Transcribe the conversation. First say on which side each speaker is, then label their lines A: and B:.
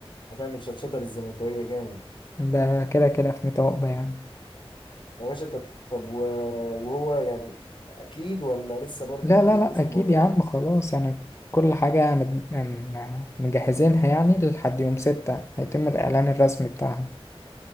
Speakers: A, on the left; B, on the left.
A: هتعمل شطشطة للزملكاوية جامد
B: ده كده كده في ميت يعني
A: يا باشا طب طب و- وهو يعني اكيد ولا لسه برضه
B: لا لا
A: بيدرسوا
B: لا اكيد
A: الموضوع
B: يا عم خلاص يعني كل حاجة مد- م- مجهزينها يعني لحد يوم ستة هيتم الاعلان الرسمي بتاعها